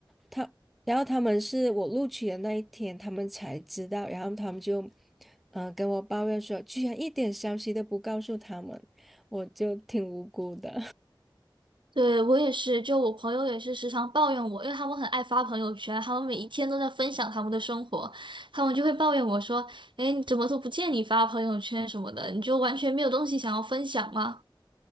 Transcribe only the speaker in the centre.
他，然后他们是我录取的那一天，他们才知道，然后他们就，呃，跟我抱怨说，居然一点消息都不告诉他们，我就挺无辜的。